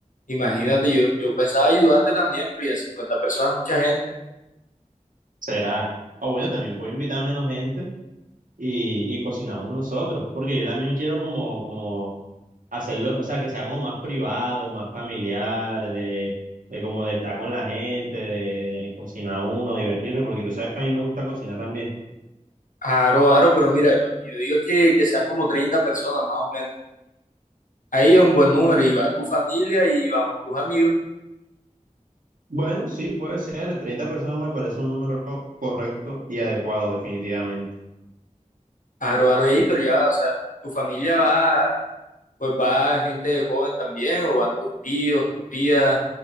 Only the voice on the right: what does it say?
Será. O bueno, también puedo invitar menos gente y, y cocinamos nosotros, porque yo también quiero como, como hacerlo, o sea, que sea como más privado, más familiar, de, de como de estar con la gente, de, de cocinar uno, divertirse, porque tú sabes que a mí me gusta cocinar también.
Bueno, sí, puede ser, 30 personas me parece un número correcto y adecuado, definitivamente.